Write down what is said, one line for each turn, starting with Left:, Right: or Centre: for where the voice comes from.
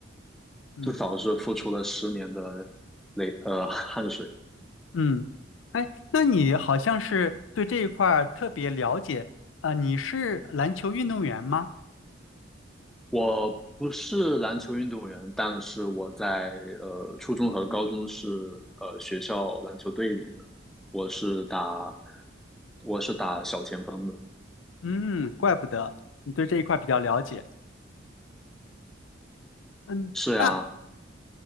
Left: 嗯
Centre: 至少是付出了十年的累呃汗水。
Left: 嗯，哎，那你好像是对这一块儿特别了解啊、你是篮球运动员吗？
Centre: 我不是篮球运动员，但是我在呃初中和高中是呃学校篮球队里的，我是打我是打小前锋的。
Left: 嗯，怪不得你对这一块儿比较了解。嗯，
Centre: 是呀，
Left: 那